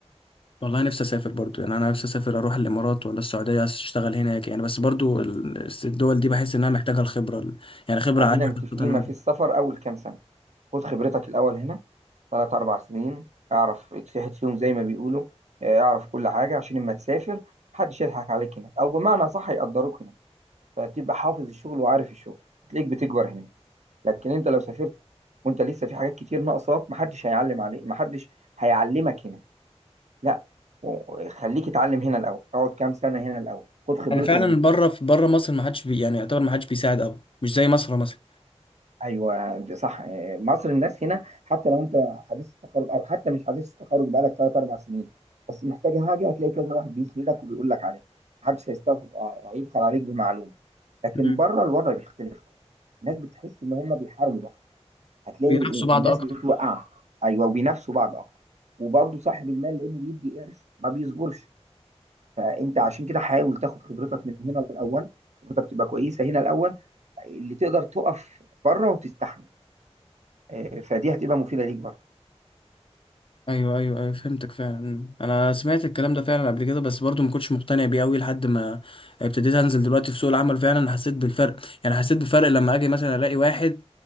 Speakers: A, on the left; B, on the right.
A: والله نفسي اسافر برضو يعني انا نفسي اسافر اروح الامارات ولا السعوديه اشتغل هناك يعني بس برضو ال- الدول دي بحس انها محتاجه الخبره ال- يعني خبره
B: خلينا
A: عاليه
B: متفقين
A: خاصه مدى
B: ما فيش سفر اول كام سنه خد خبرتك الاول هنا ثلاث اربع سنين اعرف اتفحت فيهم زي ما بيقولوا اه، اعرف كل حاجه عشان لما تسافر محدش يضحك عليك هناك او بمعنى صح يقدروك هناك فتبقى حافظ الشغل وعارف الشغل هتلاقيك بتكبر هناك لكن انت لو سافرت وانت لسه في حاجات كتير ناقصاك محدش هيعلم عليك محدش هيعلمك هناك لا و- خليك اتعلم هنا الاول اقعد كام سنه هنا الاول خد خبرتهم
A: يعني فعلا
B: هنا
A: بره في بره مصر ما حدش بي يعني يعتبر ما حدش بيساعد قوي مش زي مصر مثلا
B: ايوه ده صح آه، مصر الناس هنا حتى لو انت حديث التخرج او حتى مش حديث التخرج بقالك ثلاث اربع سنين بس محتاج حاجه هتلاقي كذا واحد بيسندك وبيقول لك عليها محدش هيستغفر آه، هيبخل عليك بمعلومه لكن
A: مم.
B: بره الوضع بيختلف خالص الناس بتحس ان هم بيحاربوا بعض هتلاقي
A: بينافسوا بعض
B: الناس
A: اكتر
B: بتوقع ايوه وبينافسوا بعض اكتر وبرضه صاحب المال لانه بيدي قرش ما بيصبرش فانت عشان كده حاول تاخد خبرتك من هنا الاول خبرتك تبقى كويسه هنا الاول اللي تقدر تقف بره وتستحمل آه، فدي هتبقى مفيدة ليك برضه
A: ايوه ايوه ايوه فهمتك فعلا انا سمعت الكلام ده فعلا قبل كده بس برضو ما كنتش مقتنع بيه قوي لحد ما ابتديت انزل دلوقتي في سوق العمل فعلا حسيت بالفرق يعني حسيت بفرق لما اجي مثلا الاقي واحد